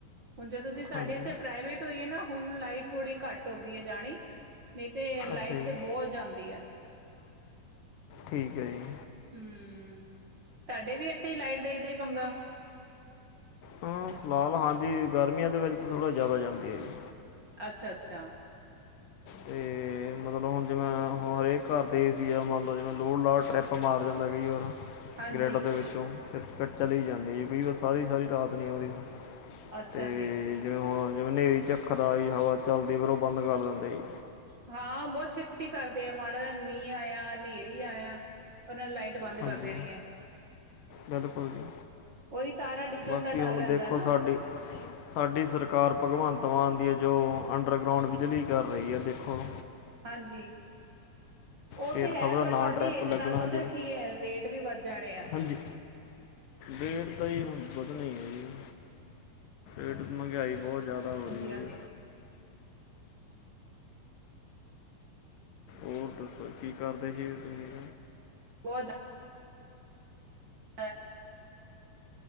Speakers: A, on the right; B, on the left.
A: ਹੁਨ ਜਦੋ ਦੀ ਸਾਡੇ
B: ਹਾਂਜੀ
A: ਇੱਥੇ ਪ੍ਰਾਈਵੇਟ ਹੋਈ ਹੈ ਨਾ ਹੁਣ ਲਾਈਟ ਥੋੜੀ ਘੱਟ ਹੋ ਗਈ ਹੈ ਜਾਣੀ। ਨਹੀਂ ਤੇ ਲਾਈਟ
B: ਅੱਛਾ ਜੀ
A: ਤੇ ਬਹੁਤ ਜਾਂਦੀ ਹੈ।
B: ਠੀਕ ਹੈ ਜੀ।
A: ਹਮਮ! ਤੁਹਾਡੇ ਵੀ ਇੱਥੇ ਹੀ ਲਾਈਟ ਦਾ ਇੱਦਾ ਹੀ ਪੰਗਾ?
B: ਹੂ! ਫਿਲਹਾਲ ਹਾਂਜੀ ਗਰਮੀਆਂ ਦੇ ਵਿੱਚ ਤਾਂ ਥੋੜ੍ਹਾ ਜ਼ਿਆਦਾ ਜਾਂਦੀ ਹੈ ਜੀ।
A: ਅੱਛਾ- ਅੱਛਾ।
B: ਤੇ ਮਤਲਬ ਹੁਣ ਜਿਵੇਂ ਹਰੇਕ ਘਰ ਦੇ ਏ ਸੀ ਆ। ਮੰਨ ਲਓ ਜਿਵੇਂ ਲੋੜ -ਲਾੜ ਟਰੈਪ ਮਾਰ ਜਾਂਦਾ ਕਈ ਵਾਰ
A: ਹਾਂਜੀ-ਹਾਂਜੀ
B: ਗ੍ਰੇਟਰ ਦੇ ਵਿੱਚੋਂ, ਫਿਰ ਚਲੀ ਜਾਂਦੀ ਹੈ ਕਈ ਵਾਰ ਸਾਰੀ- ਸਾਰੀ ਰਾਤ ਨਹੀਂ ਆਉਂਦੀ।
A: ਅੱਛਾ
B: ਤੇ
A: ਜੀ
B: ਜਿਵੇਂ ਹੁਣ ਜਿਵੇਂ ਹਨੇਰੀ-ਝੱਖਰ ਜ ਹਵਾ ਚਲਦੀ ਫੇਰ ਉਹ ਬੰਦ ਕਰ ਦਿੰਦੇ ਜੀ
A: ਹਾਂ, ਬਹੁਤ ਛੇਤੀ ਕਰਦੇ ਆ ਮਾੜਾ ਮੀਂਹ ਆਇਆ ਹਨੇਰੀ ਆਇਆ ਉਹਨਾਂ ਲਾਈਟ ਬੰਦ
B: ਹਾਂਜੀ
A: ਕਰ ਦੇਣੀ ਹੈ।
B: ਬਿਲਕੁਲ ਜੀ
A: ਉਹੀ ਤਾਰਾ ਡਿੱਗਣ
B: ਬਾਕੀ
A: ਦਾ ਡਰ
B: ਹੁਣ
A: ਰਹਿੰਦਾ
B: ਦੇਖੋ
A: ਨਾ
B: ਸਾਡੀ- ਸਾਡੀ ਸਰਕਾਰ ਭਗਵੰਤ ਮਾਨ ਦੀ ਜੋ ਅੰਡਰਗਰਾਊਂਡ ਬਿਜਲੀ ਕਰ ਰਹੀ ਹੈ ਦੇਖੋ।
A: ਹਾਂਜੀ। ਓ
B: ਫੇਰ
A: ਤੇ ਹੈ
B: ਖਬਰ
A: ਪਰ
B: ਨਾ
A: ਪਾਜੀ
B: ਟ੍ਰੈਪ
A: ਏਦੇ
B: ਲੱਗਣਾ
A: ਨਾਲ ਪਤਾ
B: ਜੇ
A: ਕੀ ਐ, ਰੇਟ ਵੀ ਵੱਧ ਜਾਨੇ ਐ।
B: ਹਾਂਜੀ ਰੇਟ ਤਾ ਈ ਹੁਨ ਵਧਨੇ ਹੈ ਜੀ। ਰੇਟ ਤੋ ਮਹਿੰਗਾਈ ਬਹੁਤ ਜਿਆਦਾ ਹੋ
A: ਹਾਂਜੀ-ਹਾਂਜੀ
B: ਰਹੀ। ਔਰ ਦੱਸੋ ਕੀ ਕਾਰਦੇ ਹੀ ਤੁਹੀਂ?
A: <unintelligible> ਦਾ <inaudible>